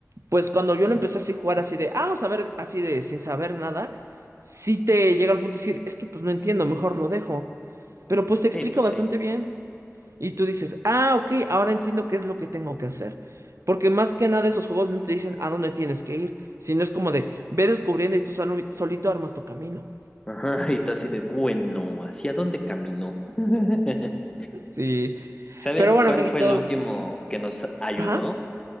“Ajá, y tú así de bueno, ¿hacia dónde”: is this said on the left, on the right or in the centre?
Left